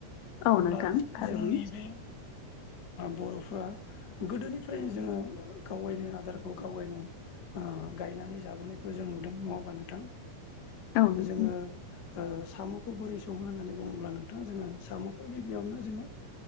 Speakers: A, on the left; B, on the left.
A: औ
B: अब्ला
A: नोंथां
B: जोंनि बे
A: <inaudible>
B: बर'फ्रा गोदोनिफ्रायनो जोङो गावबायनो आदारखौ गावबायनो गायनानै जाबोनायखौ जों नुदों नङाबा नोंथां
A: औ नोंथां
B: जोङो साम'खौ बोरै सङो होननानै बुङोब्ला नोंथां जोङो साम'खौ गिबियावनो जोङो